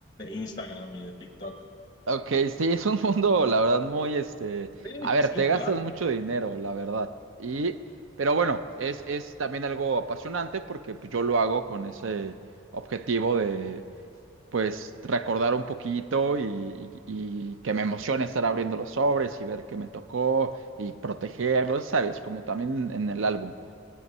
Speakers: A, on the left (about 20°); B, on the right (about 70°).
A: de Instagram y de TikTok.
B: ok, sí, es un <laughs> mundo, la verdad, muy este.
A: Sí,
B: A ver,
A: sí,
B: te
A: claro.
B: gastas mucho dinero, la verdad. Y, pero bueno, es, es también algo apasionante porque pues, yo lo hago con ese objetivo de, pues, recordar un poquito y, y- y que me emocione estar abriendo los sobres y ver qué me tocó y protegerlos, ¿sabes? Como también en el álbum.